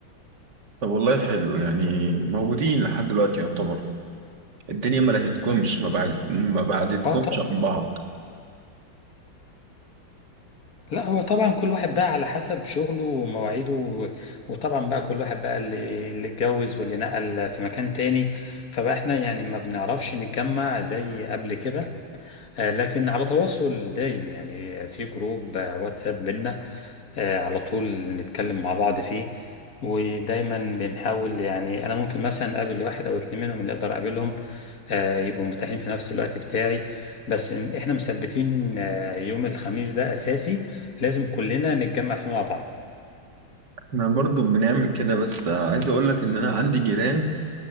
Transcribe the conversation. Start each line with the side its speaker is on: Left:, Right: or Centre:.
Right: طب والله حلو يعني موجودين لحد دلوقتي يعتبر الدنيا ما لهتكمش ما بعد ما بعدتكمش
Left: اه طبعا
Right: عن بعض
Left: لا هو طبعا كل واحد بقى على حسب شغله ومواعيده و- وطبعا بقى كل واحد بقى اللي اللي اتجوز واللي نقل في مكان تاني فبقى احنا يعني ما بنعرفش نتجمع زي قبل كده آه، لكن على تواصل دايم يعني آه، في جروب آه، واتساب بينا آه، على طول نتكلم مع بعض فيه ودايما بنحاول يعني انا ممكن مثلا اقابل واحد او اتنين منهم اللي اقدر اقابلهم آه، يبقوا متاحين في نفس الوقت بتاعي بس احنا مثبتين آه، يوم الخميس ده اساسي لازم كلنا نتجمع فيه مع بعض
Right: احنا برضو بنعمل كده بس آه، عايز اقول لك ان انا عندي جيران